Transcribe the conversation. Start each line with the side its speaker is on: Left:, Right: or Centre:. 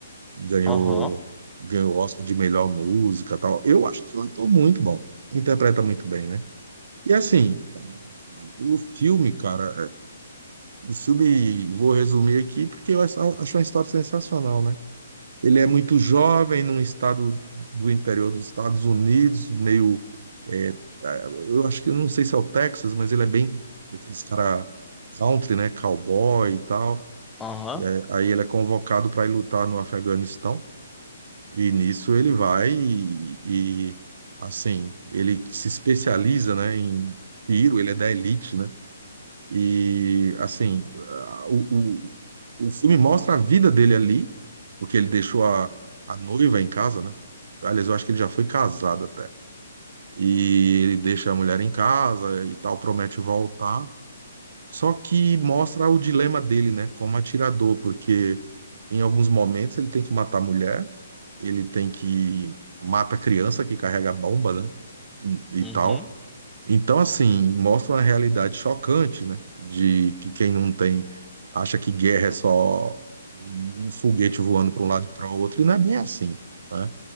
Right: Ganhou,
Centre: aham,
Right: ganhou o Oscar de melhor música e tal. Eu acho que ele ator é muito bom. Interpreta muito bem, né? E assim, o filme, cara. O filme, vou resumir aqui, porque eu acho, acho uma história sensacional, né? Ele é muito jovem, num estado do interior dos Estados Unidos, meio. é, é, eu acho que eu não sei se é o Texas, mas ele é bem. Esse cara country, né? Cowboy e tal.
Centre: aham,
Right: É, Aí ele é convocado para ir lutar no Afeganistão, e nisso ele vai e, e, assim, ele se especializa, né, em tiro, ele é da elite, né? E, assim, a- o, o, o filme mostra a vida dele ali, porque ele deixou a, a noiva em casa, né? Aliás, eu acho que ele já foi casado até. E ele deixa a mulher em casa e tal, promete voltar. Só que mostra o dilema dele, né? Como atirador, porque em alguns momentos ele tem que matar a mulher, ele tem que mata a criança que carrega a bomba, né? E
Centre: uhum,
Right: tal então, assim, mostra uma realidade chocante, né? De que quem não tem acha que guerra é só um foguete voando para um lado e para o outro, e não é bem assim, né?